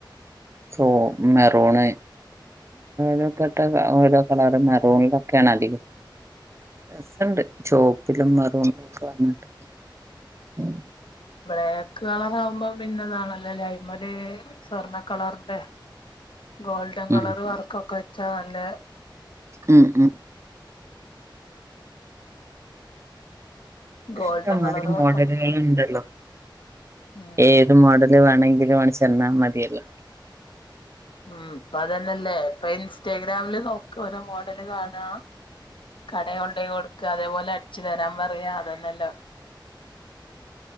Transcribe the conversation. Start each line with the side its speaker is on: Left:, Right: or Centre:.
Right: സോ മെറൂണ് നപ്പെട്ട ഓരോ കളറ് മെറൂണിലൊ ഒക്കെയാണ് അധികവും ഡ്രസ്സ് ണ്ട് ചുവപ്പിലും മെറൂണിലൊക്കെ വെരണ് ണ്ട് ഉം
Left: ബ്ലേക്ക് കളറാവുമ്പോം പിന്നെതാണല്ലോലെ ഐമല് സ്വർണ്ണ കളറിന്റെ ഗോൾഡൻ കളറ്
Right: ഉം
Left: വർക്കൊക്കെ വെച്ചാ നല്ലെ
Right: ഉം ഉം ഇഷ്ടമാതിരി
Left: ഗോൾഡൻ കളർ വെക്കണം
Right: മോഡല്കള്ണ്ടല്ലോ
Left: ഉം
Right: ഏത് മോഡല് വേണങ്കിലും ആണ്ട് ചെന്നാൽ മതിയല്ലോ
Left: ഉം ഇപ്പ അതന്നെയല്ലേ ഇപ്പ ഇൻസ്റ്റാഗ്രാമില് നോക്ക ഓരോ മോഡല് കാണാ കടെ കൊണ്ടോയ് കൊട്ക്ക അതേപോലെ അടിച്ചു തരാൻ പറയാ അതന്നല്ലോ